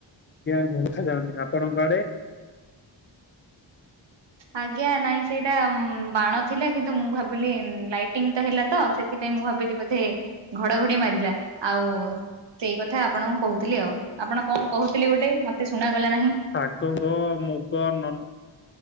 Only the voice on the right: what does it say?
ଆଜ୍ଞା ନାଇଁ ସେଇଟା ବାଣ ଥିଲା କିନ୍ତୁ ମୁଁ ଭାବିଲି ଲାଇଟିଂ ଟା ହେଲା ତ ସେ ଥିପାଇଁ ମୁଁ ଭାବିଲି ବୋଧେ ଘଡଘଡି ମାରିଲା, ଆଉ ସେଇ କଥା ଆପଣଙ୍କୁ କହୁଥିଲି ଆଉ, ଆପଣ କଣ କହୁଥିଲେ ଗୋଟେ ମତେ ଶୁଣାଗଲା ନାହିଁ।